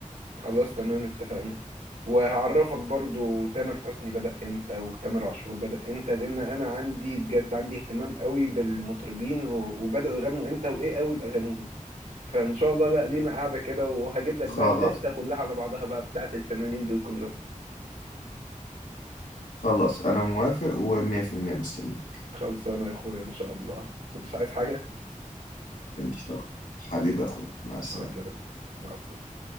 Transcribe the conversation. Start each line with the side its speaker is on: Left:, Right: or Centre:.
Right: خلاص تمام اتفقنا وهعرفك برضو تامر حسني بدأ امتى وتامر عاشور بدأ امتى لأن أنا عندي بجد عندي اهتمام قوي بالمطربين و- وبدأوا يغنوا امتى وإيه أول أغانيهم فإن شاء الله لا لينا قاعدة كده وهجيب لك بقى
Left: خلاص
Right: الليستة كلها على بعضها بقى بتاعت الفنانين دول كلهم
Left: خلاص انا موافق و100% مستنيك
Right: خلصانة يا أخويا إن شاء الله <laughs> مش عايز حاجة
Left: ان شاء الله حبيب اخويا مع السلامه
Right: مع السلامة مع السلامة